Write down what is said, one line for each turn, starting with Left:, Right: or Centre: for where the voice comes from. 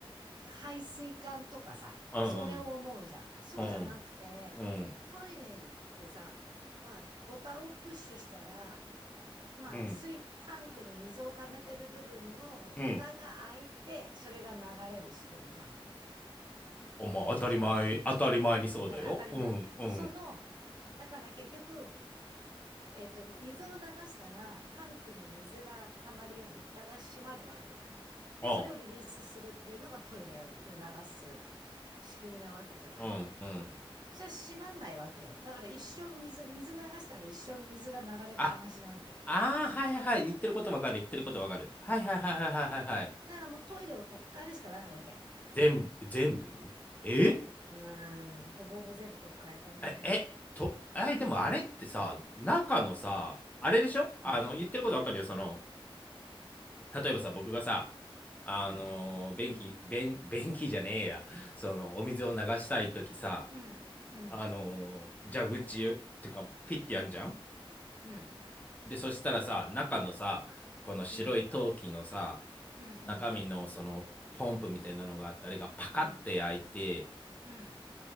Right: 排水管とかさ、
Left: うん、
Right: それを思うじゃん。そうじゃなくて、
Left: うん、うん、
Right: トイレってさ、まあ、ボタンをプッシュしたら、まあ、
Left: うん、
Right: 水、タンクに水を溜めてる部分の蓋が開いて、
Left: うん。
Right: それが流れる仕組みじゃん。
Left: お、まあ当たり前、
Right: そうじゃないみ、
Left: 当たり前にそうだよ。
Right: だから当たり前じゃん。
Left: うん、うん、
Right: その、だから結局、えっと、水を流したら、タンクに水が溜まるように蓋が閉まるわけだ。で、
Left: あ、
Right: それをリリースするっていうのがトイレの流す仕組みなわけじゃない
Left: うん、うん。
Right: それは閉まんないわけよ。だから一生水、水流したら一生水が流れっぱなしなわけ。
Left: あ、ああ、はいはいはい。言ってることわかる。言ってることわかる。はいはいはいはいはいはいはい。
Right: だからもうトイレを取っ換えるしかないわけ。
Left: 全部、全部え
Right: うん、ほぼほぼ全部取っ換えたね。
Left: え、え、と、え、でもあれってさ、中のさ、あれでしょあの、
Right: うん、
Left: 言ってることわかるよ。その、例えばさ、僕がさ、あのー、
Right: うん、
Left: 便器、便、便器じゃねえや。その、お水を流したいときさ、
Right: うん、うん、
Left: あのー、蛇口ってか、ピッてやんじゃん
Right: うん、
Left: で、そしたらさ、中のさ、この白い陶器のさ、
Right: うん、うん、うん、
Left: 中身のそのポンプみたいなのがあって、あれがパカって開いて、
Right: うん、うん、